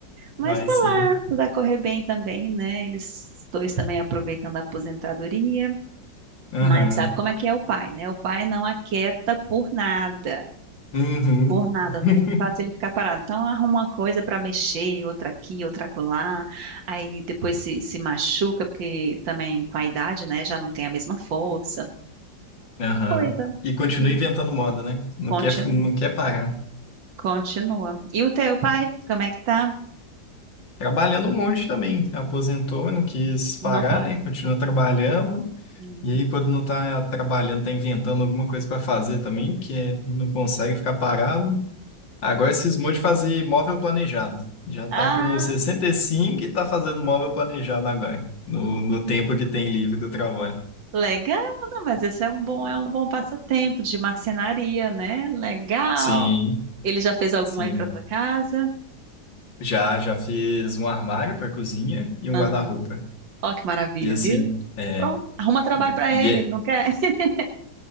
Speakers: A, on the right (about 85°); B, on the left (about 85°).
A: Mas
B: Vai
A: tá
B: sim.
A: lá, tudo a correr bem também, né? Eles dois também aproveitando a aposentadoria,
B: Aham.
A: mas sabe como é que é o pai, né? O pai não aquieta por nada.
B: Uhum.
A: Por nada,
B: <laughs>
A: não tem fácil ele ficar parado. Então arruma uma coisa pra mexer, outra aqui, outra acolá. Aí depois se, se machuca, porque também com a idade, né, já não tem a mesma força.
B: Aham.
A: coisa
B: E continua
A: de
B: inventando moda, né? Não
A: continua,
B: quer, não quer parar.
A: continua. E o teu pai, como é que tá?
B: Trabalhando um monte também. Aposentou, mas não quis parar,
A: Não para.
B: né? Continua trabalhando.
A: Hum.
B: E aí, quando não tá trabalhando, tá inventando alguma coisa para fazer também, porque não consegue ficar parado. Agora cismou de fazer móvel planejado. Já tá
A: Ah,
B: com 65 e cinco e tá fazendo móvel planejado agora, no,
A: hum,
B: no tempo que tem livre do trabalho.
A: legal, não, mas esse é um bom, é um bom passatempo de marcenaria, né? Legal.
B: Sim,
A: Ele já fez algum
B: sim.
A: aí pra tua casa?
B: Já, já fiz um armário para cozinha e um
A: Ah,
B: guarda-roupa.
A: ó que maravilha,
B: E assim,
A: viu?
B: é,
A: Pronto, arruma trabalho
B: e,
A: pra
B: e
A: ele,
B: é,
A: ele não quer. <laughs>